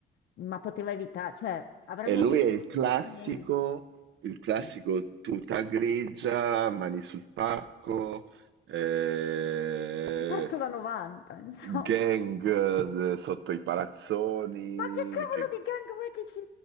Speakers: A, on the left (about 60°); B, on the right (about 70°).
A: ma poteva evitare, cioè, avremmo
B: E lui
A: vissuto
B: è il classico,
A: tutti meglio.
B: il classico
A: Eh,
B: tuta grigia, mani sul pacco, eh,
A: Un pezzo da 90, insomma.
B: gang eh, sotto i palazzoni,
A: Ma che cavolo
B: che,
A: di gang vuoi che ci